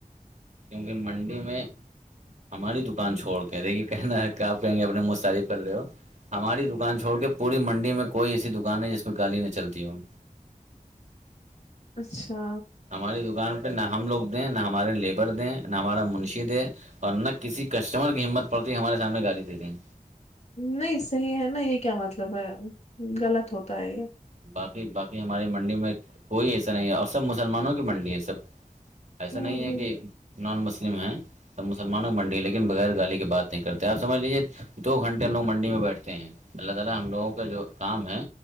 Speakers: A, on the right; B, on the left.
A: کیونکہ منڈی میں ہماری دکان چھوڑ کے دیکھیے کہنا ہے کیا آپ کہیں گے اپنے مست تعریف کر رہے ہو ہماری دکان چھوڑ کے پوری منڈی میں کوئی ایسی دکان ہے جس پہ گالی نہ چلتی ہو
B: اچھا
A: ہماری دکان پہ نہ ہم لوگ دیں نہ ہمارے لیبر دیں نہ ہمارا منشی دے اور نہ کسی کسٹمر کی ہمت پڑتی ہمارے سامنے گالی دیے دیں
B: نہیں صحیح ہے نا یہ کیا مطلب ہے غلط ہوتا ہے یہ
A: باقی باقی ہماری منڈی میں کوئی ایسا نہیں ہے اور سب مسلمانوں کی منڈی ہے سب ایسا
B: ہوں،
A: نہیں ہے
B: ہوں،
A: کہ نان مسلم ہیں سب مسلمانوں کی منڈی ہے لیکن بغیر گالی کی بات نہیں کرتے آپ سمجھ لیجیے دو گھنٹے لوگ منڈی میں بیٹھتے ہیں اللہ تعالی ہم لوگوں کا جو کام ہے